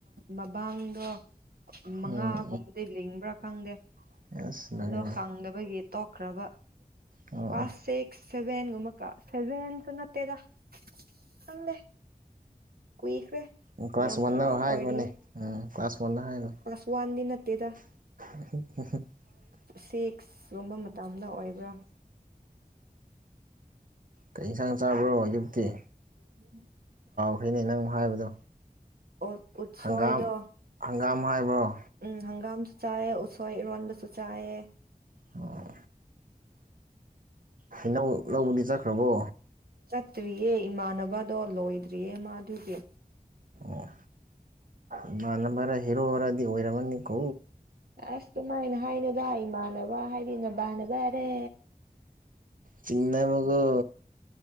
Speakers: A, on the right (about 80°); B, on the right (about 65°).
A: ꯃꯃꯥꯡꯗꯣ ꯃꯉꯥꯒꯨꯝꯕꯗ
B: ꯎꯝ
A: ꯂꯦꯡꯕ꯭ꯔꯥ ꯈꯡꯗꯦ
B: ꯎꯝ ꯑꯁ ꯂꯣꯏꯔꯦꯅꯦ
A: ꯑꯗꯣ ꯈꯡꯗꯕꯒꯤ ꯇꯣꯛꯈ꯭ꯔꯕ
B: ꯑꯣ
A: ꯄꯥꯁ ꯁꯤꯁꯕ <unintelligible> ꯅꯇꯦꯗꯥ ꯈꯡꯗꯦ ꯀꯨꯏꯈ꯭ꯔꯦ
B: ꯑꯣ ꯀ꯭ꯂꯥꯁ
A: ꯌꯥꯝ
B: ꯋꯥꯟꯗ
A: ꯑꯉꯥꯡ
B: ꯍꯥꯏꯈꯣꯅꯦ
A: ꯑꯣꯏꯔꯤꯌꯦ
B: ꯎꯝ ꯀ꯭ꯂꯥꯁ ꯋꯥꯟꯗ ꯍꯥꯏꯈꯣ
A: ꯀ꯭ꯂꯥꯁ ꯋꯥꯟꯗꯤ ꯅꯠ ꯇꯦꯗ
B: <inaudible>
A: ꯁꯤꯛꯁ ꯒꯨꯝꯕ ꯃꯇꯝꯗ ꯑꯣꯏꯒꯔꯝ
B: ꯀꯩ ꯌꯦꯟꯁꯥꯡ ꯆꯥꯕ꯭ꯔꯣ ꯑꯌꯨꯛꯇꯤ
A: <unintelligible>
B: ꯍꯧꯅ ꯅꯡ ꯃꯨꯛ ꯍꯥꯏꯕꯗꯣ
A: ꯎꯇ ꯎꯠꯁꯣꯏꯗꯣ
B: ꯍꯪꯒꯥꯝ <inaudible>
A: ꯎꯝ ꯍꯒꯥꯝ ꯆꯥꯏꯌꯦ ꯎꯁꯣꯏ ꯏꯔꯣꯟꯕꯁꯨ ꯆꯥꯏꯌꯦ
B: ꯑꯣ ꯍꯩꯅꯧ ꯂꯧꯕꯗꯤ ꯆꯠꯈ꯭ꯔꯕꯣ
A: ꯆꯠꯇ꯭ꯔꯤꯌꯦ ꯏꯃꯥꯟꯅꯕꯗꯣ ꯂꯣꯏꯗ꯭ꯔꯤꯌꯦ ꯃꯥ ꯑꯗꯨꯗꯤ
B: ꯑꯣ ꯏꯃꯥꯟꯝꯕꯔ ꯍꯦꯔꯣ ꯈꯔꯗꯤ ꯑꯣꯏꯔꯝꯃꯅꯤꯀꯣ
A: ꯑꯁ ꯀꯃꯥꯏꯅ ꯍꯥꯏꯅꯣꯗ ꯏꯃꯥꯟꯅꯕ ꯍꯥꯏꯗꯤ ꯅꯕꯥꯅꯕ ꯌꯥꯔꯦ
B: ꯆꯅ ꯃꯒ